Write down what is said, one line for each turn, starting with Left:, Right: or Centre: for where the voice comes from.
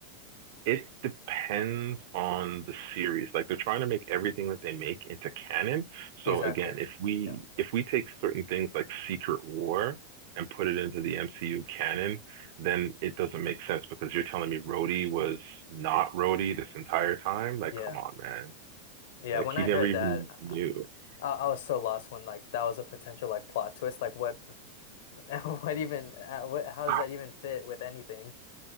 Right: It depends on the series. Like they're trying to make everything that they make into canon.
Left: Exactly.
Right: So again, if we
Left: Yeah.
Right: if we take certain things like Secret War and put it into the MCU canon, then it doesn't make sense because you're telling me Rhodey was not Rhodey this entire time. Like,
Left: Yeah.
Right: come on, man.
Left: Yeah,
Right: Like
Left: when
Right: he
Left: I
Right: never
Left: heard
Right: even
Left: that,
Right: knew. <sighs>
Left: I, I was so lost when like that was a potential like plot twist. Like what <laughs> what even uh, what how
Right: Ah,
Left: does that even fit with anything?